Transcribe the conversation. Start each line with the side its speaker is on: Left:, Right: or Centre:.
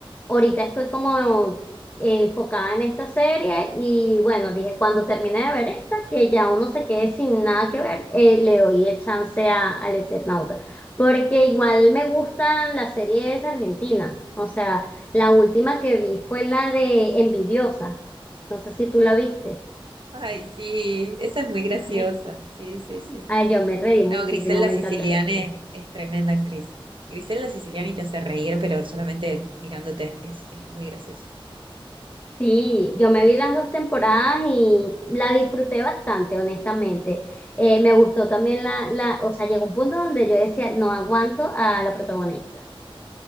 Left: Ahorita estoy como eh, enfocada en esta serie y bueno, dije, cuando termine de ver esta, que ya uno se quede sin nada que ver, eh, le doy el chance a, al Eternauta, porque igual me gustan las series argentinas, o sea, la última que vi fue la de Envidiosa, no sé si tú la viste,
Right: Ay, sí, esa es muy graciosa.
Left: <laughs>
Right: Sí, sí, sí.
Left: ay, yo me reí muchísimo,
Right: No, Griselda
Left: me
Right: Siciliani
Left: encantó la actriz.
Right: es, es tremenda actriz. Griselda Siciliani te hace reír, pero solamente mirándote es, es muy graciosa.
Left: Sí, yo me vi las dos temporadas y la disfruté bastante, honestamente. Eh, me gustó también la, la, o sea, llegó un punto donde yo decía, no aguanto a la protagonista.